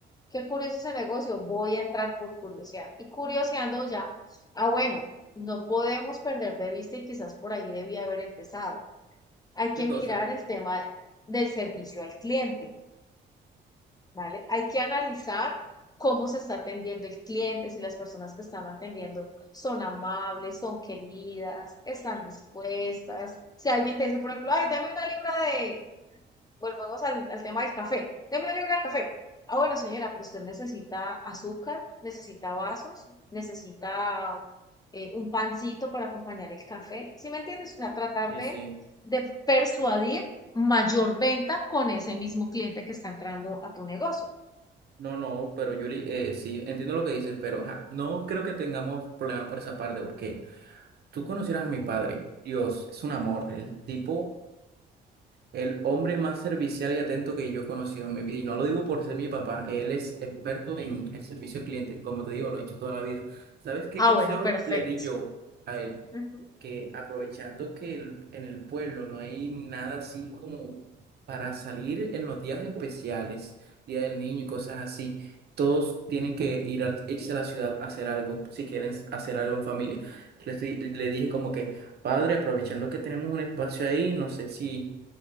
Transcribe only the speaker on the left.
qué curioso ese negocio, voy a entrar por curiosidad. Y curioseando ya, ah, bueno, no podemos perder de vista y quizás por ahí debía haber empezado. Hay que
mirar el tema del servicio al cliente, ¿vale? Hay que analizar cómo se está atendiendo el cliente, si las personas que están atendiendo son amables, son queridas, están dispuestas. Si alguien te dice, por ejemplo, ay, dame una libra de volvamos al, al tema del café. Deme una libra de café. Ah, bueno, señora, pero usted necesita azúcar, necesita vasos, necesita eh, un pancito para acompañar el café. ¿Sí me entiendes? O sea, tratar
de,
de persuadir mayor venta con ese mismo cliente que está entrando a tu negocio.
Ah,
bueno, perfecto.
Ujú.